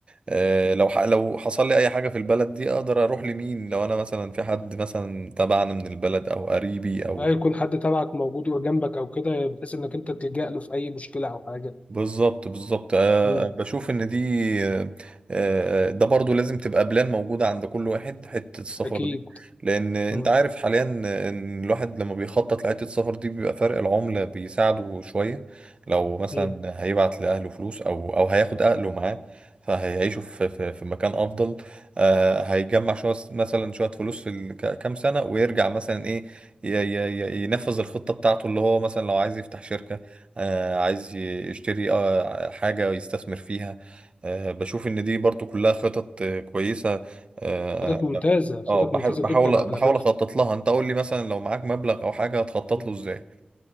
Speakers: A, on the right (about 35°); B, on the left (about 45°).
A: آه، لو ح- لو حصل لي اي حاجه في البلد دي اقدر اروح لمين لو انا مثلا في حد مثلا تبعنا من البلد او قريبي او
B: اي يكون حد تبعك موجود وجنبك او كده بحيث انك انت تلجأ له في اي مشكله او حاجه
A: بالظبط بالظبط أه
B: مم.
A: بشوف ان دي آه، آه، ده برضو لازم تبقى بلان موجودة عند كل واحد حتة السفر
B: اكيد
A: دي لان انت
B: مم.
A: عارف حاليا ان الواحد لما بيخطط لحتة السفر دي بيبقى فرق العملة بيساعده شوية لو مثلا
B: مم.
A: هيبعت لأهله فلوس او او هياخد أهله معاه فهيعيشوا في في في مكان افضل آه، هيجمع شويه مثلا شويه فلوس في ال- ك- كام سنه ويرجع مثلا ايه ي- ي- ي- ينفذ الخطه بتاعته اللي هو مثلا لو عايز يفتح شركه آه، عايز ي- يشتري آه، حاجة يستثمر فيها آه، بشوف إن دي برضو كلها خطط آه، كويسة اه
B: خطط ممتازه خطط
A: آه، بح-
B: ممتازه
A: بحاول
B: جدا على
A: بحاول
B: فكره
A: أخطط لها أنت قول لي مثلا لو معاك مبلغ أو حاجة هتخطط
B: مم.
A: له إزاي